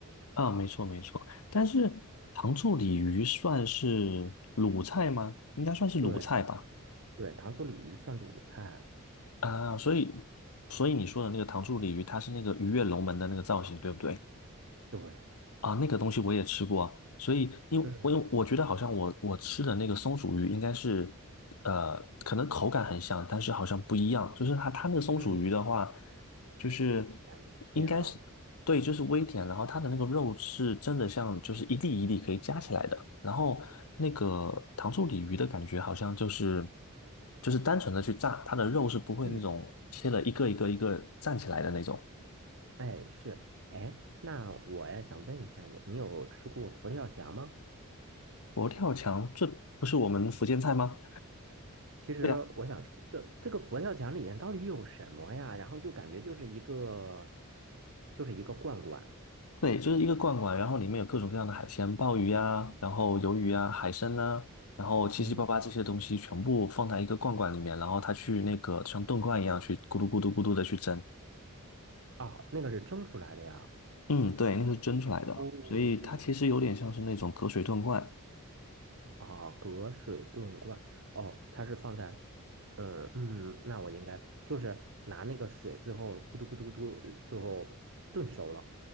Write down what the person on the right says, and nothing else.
对对，糖醋鲤鱼算鲁菜。
对，
嗯
嗯，
两点吗？
嗯，哎是，哎，那我也想问一下你，你有吃过佛跳墙吗？
其实我想说，
这个这个佛跳墙里面到底有什么呀？然后就感觉就是一个，就是一个罐罐，
哦，
身，
哦，那个是蒸出来的呀。
哦，
哦，隔水炖罐，哦，它是放在，嗯嗯，那我应该就是拿那个水，最后咕嘟咕嘟咕嘟，最后炖熟了。